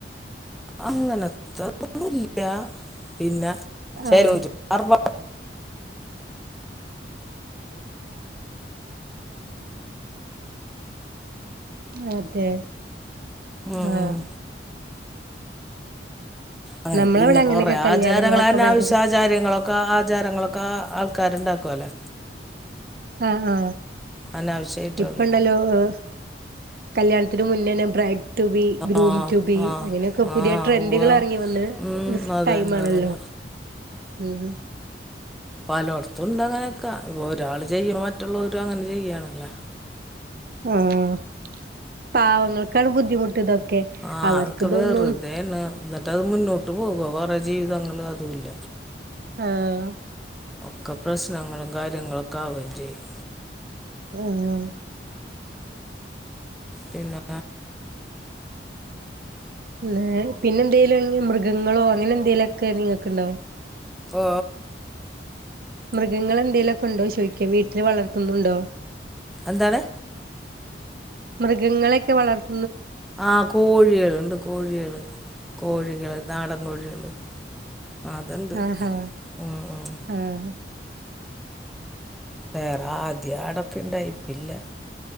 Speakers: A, in the centre; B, on the right.
A: അങ്ങന ഒന്നും ഇല്ല പിന്ന ചെലോര്
B: ആഹ്
A: ആർഭ
B: അതെ
A: ഉം
B: ആ
A: ഉം അങ്ങനെ
B: നമ്മളവിടെ
A: പിന്നെ
B: അങ്ങനെയൊക്കെ
A: കൊറെ
B: കല്യാണങ്ങളൊക്കെ
A: ആചാരങ്ങൾ അനാവശ്യാചാരങ്ങളൊക്ക
B: ഭയങ്കര
A: ആചാരങ്ങളൊക് ക്കാ ആൾക്കാരുണ്ടാക്കുവല്ലോ?
B: ആ ആ
A: അനാവശ്യമായിട്ടുള്ളേ
B: ഇപ്പണ്ടല്ലോ ഏഹ് കല്യാണത്തിന് മുന്നേനെ ബ്രൈ റ്റു ബി ഗ്രൂം
A: ആഹ്
B: റ്റു ബി
A: ആഹ്
B: അങ്ങനെയൊക്കെ
A: ആഹ്
B: പുതിയ ട്രെൻഡുകൾ
A: ഉവ്വ
B: ഇറങ്ങി വന്ന്
A: ഉം അതന്നെ
B: ടൈം ആണല്ലോ
A: അതന്നെ
B: ഉം.
A: പലോട്ത്തുണ്ട് അങ്ങനൊക്ക. ഇപ്പൊ ഒരാൾ ചെയ്യാ മറ്റുള്ളവരും അങ്ങനെ ചെയ്യണല്ലോ.
B: ഉവ്വ പാവങ്ങക്കാണ് ബുദ്ധിമുട്ടിതൊ ക്കെ.
A: ആഹ്
B: അവർക്ക്
A: അതൊക്കെ
B: ഇതൊന്നും
A: വെറുതെയാണ് എന്നിട്ട് അത് മുന്നോട്ട് പോകുവോ വേറെ ജീവിതങ്ങൾ അതുല്ല.
B: ആഹ്.
A: ഒക്കെ പ്രശ്നങ്ങളും കാര്യങ്ങളൊക്കെ ആവുവേം ചെയ്യും.
B: അതെന്യാണ്.
A: പിന്നെ
B: പിന്നെ പിന്നെ എന്തേലും മൃഗങ്ങളോ അങ്ങനെ എന്തേലും ഒക്കെ നിങ്ങക്ക്ണ്ടോ?
A: ഓ
B: മൃഗങ്ങൾ എന്തേലൊക്കെ ഉണ്ടോ ചോയിക്ക വീട്ടില് വളർത്തുന്നുണ്ടോ?
A: എന്താണ്?
B: മൃഗങ്ങളെക്കെ വളർത്ത്
A: ആഹ് കോഴികൾ ഉണ്ട് കോഴിയേള് കോഴി കൾ നാടൻ കോഴികള് അതുണ്ട്
B: ആഹ് ഹാ
A: ഉം ഉം
B: ആഹ്.
A: വേറെ ആദ്യ അടൊക്കെ ഇണ്ടായി ഇപ്പില്ല.